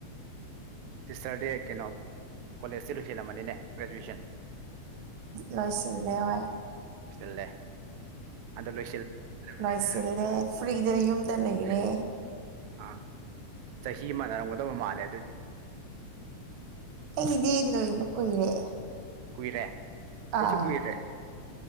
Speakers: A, on the right; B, on the right.
A: ꯇꯤꯁꯇꯔꯗꯤ ꯀꯩꯅꯣ ꯀꯣꯂꯦꯖꯇꯤ ꯂꯣꯏꯁꯤꯜꯂꯝꯃꯅꯤꯅꯦ ꯒ꯭ꯔꯦꯖꯨꯋꯦꯁꯟ
B: ꯂꯣꯏꯁꯤꯜꯂꯦ ꯍꯣꯏ
A: ꯁꯤꯜꯂꯦ ꯑꯗꯣ ꯂꯣꯏ
B: ꯂꯣꯏꯁꯤꯜꯂꯦ ꯐ꯭ꯔꯤꯗ ꯌꯨꯝꯗ ꯂꯩꯔꯦ꯫
A: ꯑꯥ ꯆꯍꯤ ꯃꯅꯔꯝꯒꯗꯧꯕ ꯃꯥꯜꯂꯦ ꯑꯗꯨꯗꯤ
B: ꯑꯩꯗꯤ ꯂꯣꯏꯕ ꯀꯨꯏꯔꯦ
A: ꯀꯨꯏꯔꯦ
B: ꯑꯥ
A: ꯑꯩꯁꯨ ꯀꯨꯏꯔꯦ